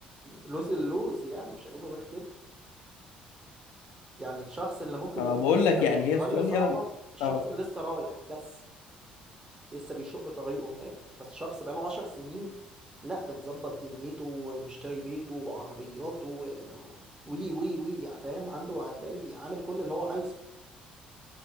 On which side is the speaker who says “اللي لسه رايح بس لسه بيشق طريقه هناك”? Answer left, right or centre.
Right